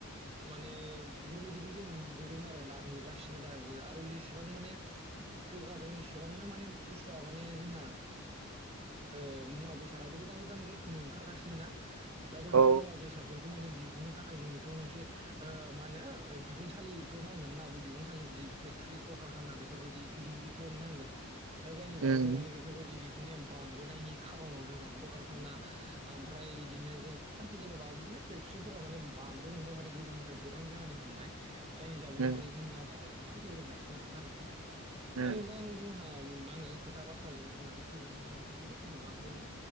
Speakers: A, on the right; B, on the right.
A: माने बेफोरबायदिखौ जों नुबोदों आरो ना नुगासिनो दा आरो जेसेबां माने जौगादों एसेबांनो माने बुस्थुआ माने जोंना ओ मुवा बेसादाबो गोदान-गोदान रोखोमै ओंखारगासिनो ना दा बेैफोर
B: औ
A: मुवा बेसादफोर खौ माने दिहुननो थाखाय जोंनोथ' मोनसे ओ मा होनो दिहुनसालि थ' नांगोन ना बे दिहुनसालि जि फेक्टरि कलकारखाना बेफोरबायदि गिदिर गिदिरथ' नांगोन दा जायनि जाउनाव
B: उम
A: माने बेफोरबायदि दिहुननाया बां बोनायनि खार'नाव जोंहा कलकारखाना ओमफ्राय बिदिनो जों जेन'बा बिदिनो फेक्टरि फोराव माने बांबोनो हमबाय माने गोदोनिफ्राय गोबां जानो हमबाय जायनि जाउनाव
B: उम
A: माने जोंनि आबहावाया गोबां गेब्रें गासिनो आरोना नोंथां
B: उम
A: दा नोंथां जोंहा आङो खोथा बाथ्राजों बुंनानै फोजोबनो हाया बेफोरखौ गोबां दङ